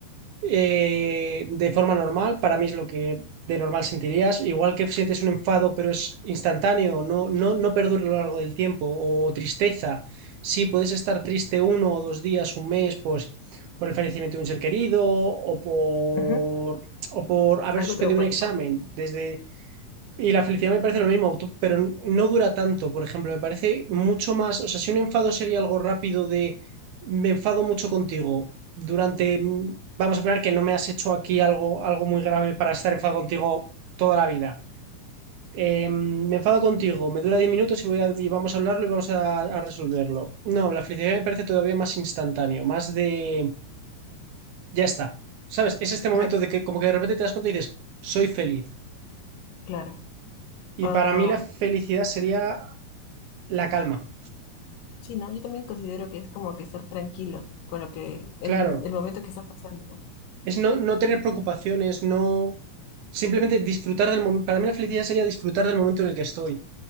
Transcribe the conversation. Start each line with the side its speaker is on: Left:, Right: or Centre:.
Right: eh, de forma normal, para mí es lo que de normal sentirías. Igual que sientes un enfado, pero es instantáneo, no, no, no perdura a lo largo del tiempo, o tristeza. Sí, puedes estar triste uno o dos días, un mes, pues por el fallecimiento de un ser querido o por,
Left: Ujú,
Right: o por haber
Left: Algo
Right: suspendido
Left: traumático.
Right: un examen. Desde y la felicidad me parece lo mismo, tú- pero no dura tanto, por ejemplo, me parece mucho más, o sea, si un enfado sería algo rápido de me enfado mucho contigo durante, mm, vamos a poner que no me has hecho aquí algo, algo muy grave para estar enfadado contigo toda la vida. Eh, me enfado contigo, me dura 10 minutos y, voy a- y vamos a hablarlo y vamos a, a resolverlo. No, la felicidad me parece todavía más instantáneo, más de, ya está. ¿Sabes? Es este
Left: O
Right: momento
Left: sea,
Right: de que como que de repente te das cuenta y dices, soy feliz.
Left: claro.
Right: Y
Left: Ah,
Right: para mí la felicidad sería la calma.
Left: sí, ¿no? Yo también considero que es como que estar tranquilo con lo que, en
Right: Claro,
Left: el momento que estás pasando.
Right: es no, no tener preocupaciones, no simplemente disfrutar del momento. Para mí la felicidad sería disfrutar del momento en el que estoy.